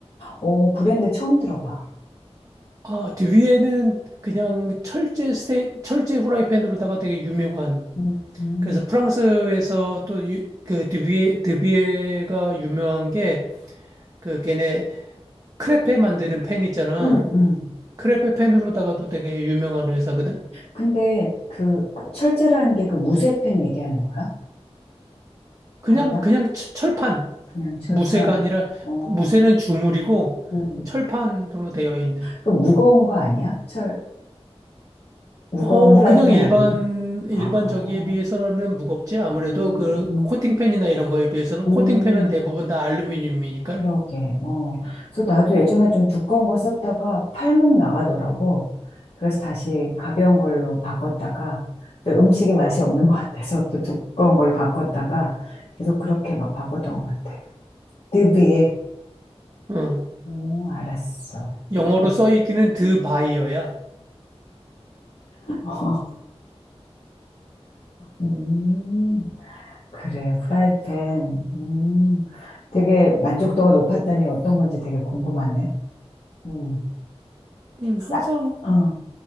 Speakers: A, on the left (about 65°); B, on the right (about 30°).
A: 어, 브랜드 처음 들어봐.
B: 아, 디비에는 그냥 철제 스테, 철제 후라이팬으로다가 되게 유명한
A: 음, 음,
B: 그래서 프랑스에서 또그 드뷔에 드뷔에가 유명한 게 그 걔네 크레페 만드는 펜 있잖아.
A: 음. 음.
B: 크레페 펜으로다가도 되게 유명한 회사거든.
A: 근데 그, 그 철제라는 게 그 무쇠팬 얘기하는 거야?
B: 그냥
A: 달라?
B: 그냥 철- 철판
A: 그냥 철판.
B: 무쇠가 아니라
A: 어,
B: 무쇠는 주물이고
A: 음.
B: 철판으로 되어 있는.
A: 그 무거운 거 아니야? 철, 무거운
B: 어
A: 후라이팬
B: 그냥 일반
A: 아니야?
B: 일반
A: 아,
B: 저기에 비해서는 무겁지. 아무래도
A: 음,
B: 그
A: 음,
B: 코팅펜이나 이런 거에 비해서는
A: 음,
B: 코팅펜은 대부분 다 알루미늄이니까.
A: 그러게. 어. 그래서 나도 예전에 좀 두꺼운 거 썼다가 팔목 나가더라고. 그래서 다시 가벼운 걸로 바꿨다가 또 음식이 맛이 없는 것 같아서 또 두꺼운 걸로 바꿨다가 계속 그렇게
B: 음.
A: 막 바꿨던 것 같아. 드비에
B: 어,
A: 오, 알았어.
B: 영어로
A: 음.
B: 써 있기는 드 바이어야.
A: <laughs> 음, 그래, 프라이팬. 음, 되게 만족도가 높았다니 어떤 건지 되게 궁금하네. 음,
B: 음,
A: 싸,
B: 항상
A: 어,